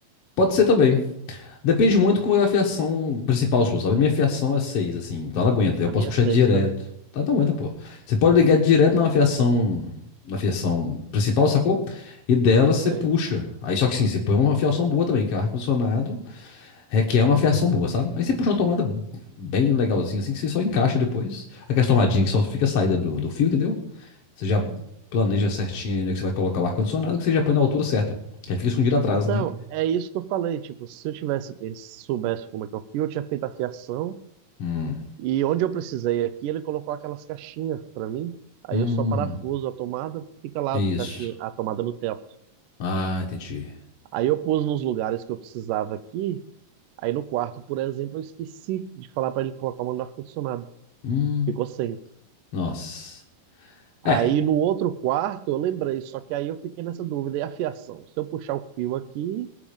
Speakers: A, on the left; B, on the right.
A: Pode ser também. Depende muito qual é a fiação principal sua, sabe? A Minha fiação é 6, assim, então ela aguenta. Eu
B: A
A: posso
B: minha
A: puxar
B: é seis
A: direto.
B: também.
A: Tá, então aguenta, pô. Você pode ligar direto na fiação, na fiação principal, sacou? E dela
B: Sei.
A: você puxa. Aí só que sim, você põe uma fiação boa também, que é o ar-condicionado requer uma fiação boa, sabe? Aí você puxa uma tomada bem legalzinha, assim, que você só encaixa depois. Aquela tomadinha que só fica a saída do, do fio, entendeu? Você já planeja certinho aí onde é que você vai colocar o ar-condicionado, que você já põe na altura certa. Que aí fica escondido atrás,
B: Então,
A: né?
B: é isso que eu falei. Tipo, se eu tivesse, se soubesse como é que eu fio, eu tinha feito a fiação.
A: Hum,
B: E onde eu precisei aqui, ele colocou aquelas caixinhas para mim. Aí
A: hum,
B: eu só parafuso a tomada, fica lá
A: isso.
B: a caixinha, a tomada no teto.
A: Ah, entendi.
B: Aí eu pus nos lugares que eu precisava aqui Aí no quarto, por exemplo, eu esqueci de falar para ele colocar o mano do ar-condicionado.
A: Hum,
B: Ficou sem.
A: nossa. É,
B: Aí no outro quarto, eu lembrei, só que aí eu fiquei nessa dúvida. E a fiação? Se eu puxar o fio aqui